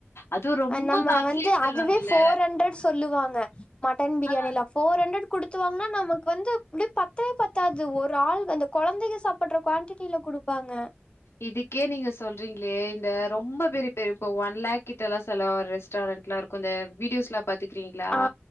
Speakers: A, on the left; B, on the left.
A: அதுவு ரொம்ப
B: நம்ம
A: காஸ்ட்லி
B: வந்து
A: சொல்லுவாங்கல்ல
B: அதுவே ஃபோர் ஹண்ட்ரட் சொல்லுவாங்க மட்டன் பிரியாணில
A: ஆ
B: ஃபோர் ஹண்டரட் குடுத்து வாங்கன்னா நமக்கு வந்து இப்டி பத்தவே பத்தாது ஒரு ஆள் அந்த குழந்தைங்க சாப் புட்ற குவான்டிடில கொடுப்பாங்க
A: இதுக்கே நீங்க சொல்றீங்களே இந்த ரொம்ப பெரிய பெரிய இப்ப ஒன் லேக் கிட்டெல்லாம் செலவாகுர ரெஸ்டாரன்ட்லா இருக் கு இந்த வீடியோஸ்ல பாத் த்துருகீங்களா
B: ஆ